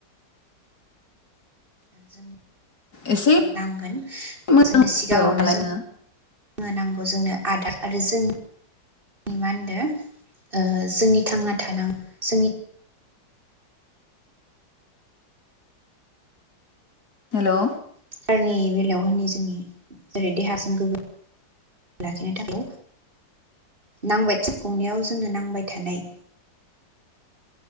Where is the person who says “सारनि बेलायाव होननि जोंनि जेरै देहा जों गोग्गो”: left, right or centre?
Right